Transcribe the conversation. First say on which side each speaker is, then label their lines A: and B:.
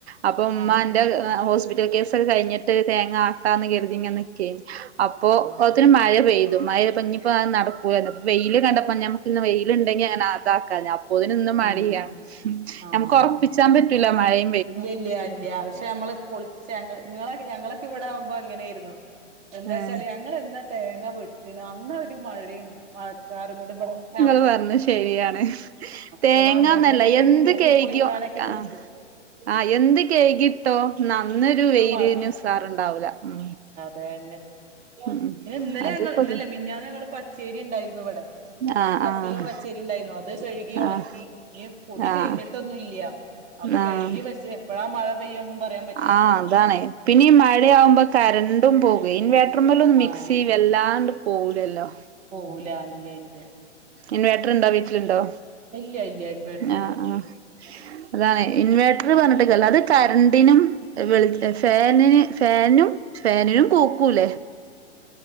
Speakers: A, on the right; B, on the right.
A: അപ്പൊ ഉമ്മന്റെ
B: ആണോ
A: എഹ് ഹോസ്പി റ്റൽ കേസൊക്കെ കഴിഞ്ഞിട്ട് തേങ്ങ ആട്ടാന്ന് കരുതി ങ്ങെൻ നിക്കേഞ്ഞി അപ്പോ
B: ആഹ്
A: ഒത്തിന് മഴ പെയ് ത് മയെ പഞ്ഞിപ്പോ ആഹ് നടക്കുലല്ലോ പ് വെയില് കണ്ടപ്പോ ഞമ്മുക്ക് ഇന്ന് വെയില്ണ്ടെങ്കി അങ്ങനെ അതാക്കാഞ് അപ് പോതിനിന്നും മഴ
B: ഉം
A: പെയ്യാ
B: ആഹ്
A: ഞമുക്ക് ഒറപ്പിച്ചാൻ പറ്റൂല മഴയെ
B: ഇല്ല ഇല്ല ഇല്ല പക്ഷെ യമ്മള് പൊളിച്ച യങ്ങ ങ്ങളൊക്കെ ഞങ്ങളൊക്കെ ഇവിടെ ആഉമ്പോ ഇങ്ങനെയിരുന്നു. എന്താച്ചാല്
A: ഏഹ്
B: ഞങ്ങള് എന്നാ തേങ്ങ വിട്ടിണ് അന്നൊരു മഴയും മഴക്കാരും കൂടെ ഇവടെങ്ങ
A: പ് പർഞ്ഞെ ശരിയാണ്. തേങ്ങന്നല്ല
B: ഇവിടെ അമ്മോസൻ തന്നെ
A: എന്ത്
B: വല്യ വല്യ
A: കയ്ക്യോ
B: പൊളിക്കാനൊക്കെ
A: ആഹ്
B: നിക്കും
A: ആഹ് എന്ത് കെയ്കിട്ടോ ന്നാ ന്നൊരു
B: ഇന്ന്
A: വെയില് ന് സാറുണ്ടാഊല ഉം
B: തേന്നെ
A: ഉം
B: പിന്നെ ഇന്നലെ
A: അതിപ്പോ
B: യങ്ങള് ഇന്നലെ മിഞാന്ന് ഞങ്ങള് പച്ചേരി ണ്ടായിരുന്നു വെ
A: ആഹ്
B: ഒരു പത്ത്
A: ആഹ്
B: കിലോ പച്ചേരി ണ്ടായിരുന്നു അത് കഴുകി ഉണക്കി
A: ആഹ്
B: ഞ് പൊടി
A: ആഹ്
B: കഴിഞ്ഞിട്ടൊന്നുല്ല്യ. അപ്പൊ കഴുകി
A: ആഹ്
B: വെച്ചേ എപ്പഴാ മഴ പെയ്യൊന്നും പറയാൻ പ
A: ആഹ് അതാണേ പിന്നെ ഈ മഴയാകുമ്പോ കറണ്ടും പോകേ. ഇൻവേർട്ടർമേലും മിക്സി
B: ആഹ്
A: വല്ലാണ്ട് പോവു ലല്ലോ
B: പോവൂല ഇല്ല ഇല്ല
A: ഇൻവേർട്ടർ ഇണ്ടോ വീട്ടില്ണ്ടോ?
B: ഇല്ല, ഇല്ല ഇൻവേർട്ടർ
A: ആഹ്
B: ഇല്ല
A: ആഹ് അതാണ്. ഇൻവേട്ടറ് പർഞ്ഞിട്ട് കാര്യ ഇല്ല അത് കരണ്ടിനും വെളി ഫേനിന് ഫേനും ഫേനും. നും കൂക്കൂലേ?